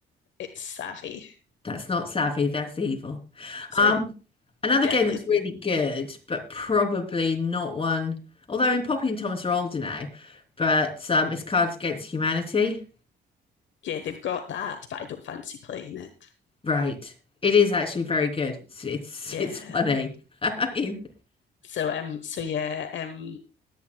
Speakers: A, on the left; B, on the left.
A: It's savvy.
B: That's not savvy, that's evil.
A: So,
B: Um,
A: I
B: another
A: definitely,
B: game that's really good, but probably not one, although in Poppy and Thomas are older now, but um, it's Cards Against Humanity.
A: yeah, they've got that, but I don't fancy playing it.
B: Right. It is actually very good. It's it's,
A: Yeah.
B: it's funny. <laughs> I mean,
A: So, um, so yeah, um,